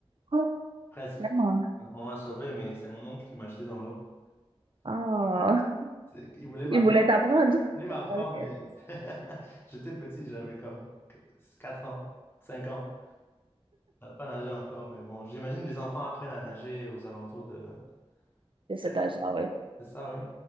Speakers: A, on the right (about 55°); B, on the left (about 20°).
A: Oh,
B: Presque.
A: vraiment.
B: On m'a sauvé, mais c'est mon oncle qui m'a jeté dans l'eau.
A: Ah,
B: C'est-
A: <laughs>
B: Il voulait m'apprendre,
A: il voulait t'apprendre.
B: il
A: <laughs>
B: voulait m'apprendre,
A: Ah, Ok.
B: mais <laughs> j'étais petit, j'avais comme 4 ans, 5 ans. Je savais pas nager encore, mais bon, j'imagine que les enfants apprennent à nager aux alentours de
A: De
B: sept
A: cet âge-là,
B: ans.
A: oui.
B: C'est ça, oui.